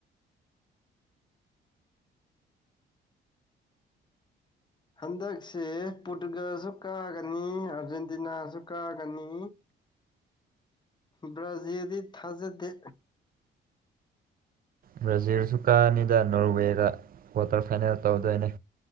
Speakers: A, on the left; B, on the right.
A: ꯍꯟꯗꯛꯁꯦ ꯄꯣꯔꯇꯨꯒꯜꯁꯨ ꯀꯥꯒꯅꯤ ꯑꯥꯔꯖꯦꯟꯇꯤꯅꯥꯁꯨ ꯀꯥꯒꯅꯤ ꯕ꯭ꯔꯥꯖꯤꯜꯗꯤ ꯊꯥꯖꯗꯦ
B: ꯕ꯭ꯔꯥꯖꯤꯜꯁꯨ ꯀꯥꯅꯤꯗ ꯅꯣꯔꯋꯦꯗ ꯀ꯭ꯋꯥꯇꯔ ꯐꯥꯏꯅꯦꯜ ꯇꯧꯗꯣꯏꯅꯦ